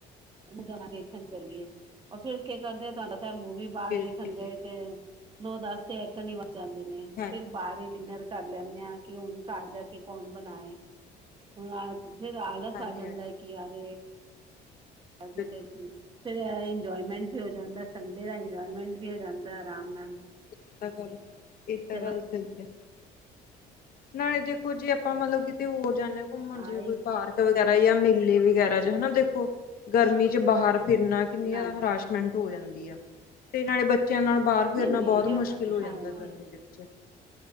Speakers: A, on the right (about 30°); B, on the left (about 60°).
A: ਗਾਣਾ ਦੇਖਣ ਚੱਲੀਏ ਉਰ ਫੇਰ ਕੀ ਕਰਦੇ ਤੁਹਾਡਾ ਤਾਂ ਮੂਵੀ ਬਾਹਰ
B: ਬਿਲਕੁਲ
A: ਦੇਖਣ ਗਏ
B: ਬਿਲਕੁਲ
A: ਤੇ ਨੌ ਦਸ ਤੇ ਐਥਨ ਹੀ ਵਜ ਜਾਂਦੇ ਨੇ
B: ਹਾਂਜੀ
A: ਫਿਰ ਬਾਹਰ ਹੀ ਡਿਨਰ ਕਰ ਲੈਂਦੇ ਹਾਂ ਕਿ ਹੁਣ ਘਰ ਜਾ ਕੇ ਕੌਣ ਬਣਾਏ ਹੁਣ ਆ ਫੇਰ ਆਲਸ
B: ਹਾਂਜੀ
A: ਆ ਜਾਂਦਾ
B: ਹਾਂਜੀ ਹਾਂਜੀ
A: ਹੈ ਕਿ ਯਾਰ ਅਜੇ
B: ਇਹ
A: ਤੇ ਫਿਰ ਇੰਜੋਏਮੈਂਟ ਵੀ ਹੋ ਜਾਂਦੈ ਸੰਡੇ ਦਾ ਇੰਜੋਏਮੈਂਟ ਵੀ ਹੋ ਜਾਂਦੈ ਆਰਾਮ ਨਾਲ।
B: ਇਹ ਤਾਂ ਗੱਲ, ਇਹ ਤਾਂ
A: ਚਲੋ
B: ਗੱਲ ਸਹੀ ਐ। ਨਾਲੇ ਦੇਖੋ ਜੇ ਆਪਾਂ ਮਤਲਬ ਕਿਤੇ ਹੋਰ ਜਾਂਦੇ ਹਾਂ ਘੁੰਮਣ ਜਿਵੇਂ
A: ਆਏ
B: ਕੋਈ ਪਾਰਕ ਵਗੈਰਾ ਯਾ ਮੇਲੇ ਵਗੈਰਾ ਚ ਹੈਨਾ ਦੇਖੋ ਗਰਮੀ ਚ ਬਾਹਰ ਫਿਰਨਾ ਕਿੰਨੀਆਂ
A: ਨਾ
B: ਹਰਾਸ਼ਮੈਂਟ ਹੋ ਜਾਂਦੀ ਆ। ਤੇ ਨਾਲੇ ਬੱਚਿਆਂ ਨਾਲ ਬਾਹਰ ਫਿਰਨਾ
A: ਨਹੀਂ ਮੇਲੇ
B: ਬਹੁਤ ਮੁਸ਼ਕਿਲ ਹੋ
A: ਹਾਂਜੀ
B: ਜਾਂਦਾ ਗਰਮੀ ਵਿੱਚ।